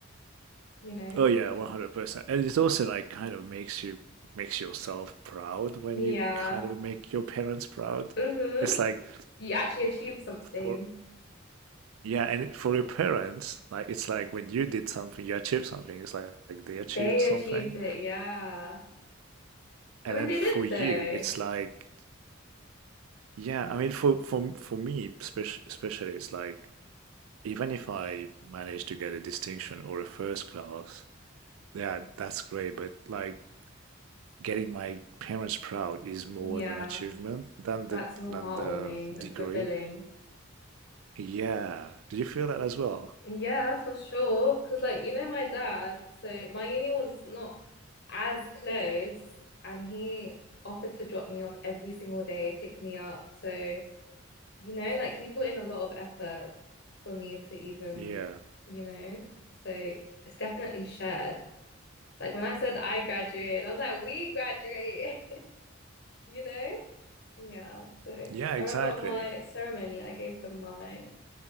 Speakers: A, on the left (about 50°); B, on the right (about 85°).
A: you know?
B: Oh yeah, 100%. And it also like kind of makes you makes yourself proud when
A: Yeah.
B: you kind of make your parents proud.
A: Mm-hmm.
B: It's like
A: You actually achieved something.
B: for Yeah, and it- for your parents, like it's like when you did something, you achieved something. It's like, like they achieved
A: They
B: something,
A: achieved it, yeah.
B: and
A: I mean
B: then
A: they
B: for
A: did
B: you,
A: though.
B: it's like, yeah. I mean, for for for me, spec- especially, it's like even if I manage to get a distinction or a first class, yeah, that's great. But like getting my parents proud is more
A: Yeah.
B: of an achievement than
A: That's
B: the
A: more
B: than
A: heartwarming
B: the
A: and
B: degree.
A: fulfilling.
B: Yeah. Do you feel that as well?
A: Yeah, for sure. Because, like, you know, my dad, so my uni was not as close, and he offered to drop me off every single day, pick me up. So, you know, like, he put in a lot of effort for me to even,
B: Yeah.
A: you know, so it's definitely shared. Like, when I said I graduated, I was like, we graduated, <laughs> you know? Yeah. So,
B: Yeah,
A: I
B: exactly.
A: remember on my ceremony, I gave them my,